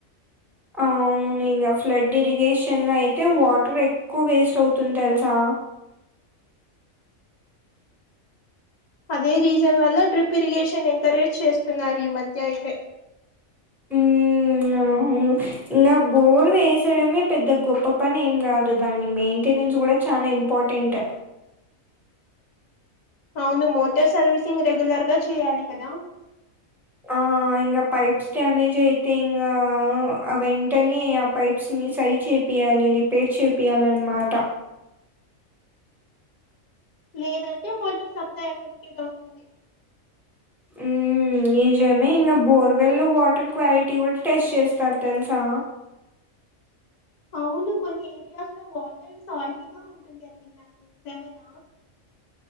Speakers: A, in the centre; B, on the left.
A: అవును ఇంగ ఫ్లడ్ఇరిగేషన్ లో అయితే వాటర్ ఎ ఎక్కువ వేస్ట్ అవుతుంది తెల్సా
B: అదే రీజన్ వల్ల డ్రిప్ ఇరిగేషన్ ఎంకరేజ్ చేస్తున్నారు ఈ మధ్య అయితే
A: ఉమ్ అవును ఇంగ బోర్ వేసయ్యడమే పెద్ద గొప్ప పని ఏం గాదు దాన్ని మెయింటెనెన్స్ కూడా చాలా ఇంపా ఇంపార్టెంట్
B: అవును మోటార్ సర్వీసింగ్ రెగ్యులర్ గా చేయాలి కదా
A: ఆ ఇంగ పైప్స్ డ్యామేజ్ అయితే ఇంగా వెంటనే ఆ పైప్స్ ని సరి చేపి చేపియ్యాలి రిపేర్ చేపియ్యాలిన్నమాట.
B: లేదంటే వాటర్ సప్లైఎఫెక్టిడ్ అవుతుంది
A: మ్ నిజమే ఇంకా బోర్వెల్లో వాటర్ క్వాలిటీ కూడా టెస్ట్ చేస్తారు తెలుసా
B: అవును కొన్ని ఏరియాస్ లో వాటర్ సాల్టీగా ఉంటుంది అని విన్నాను నిజమేనా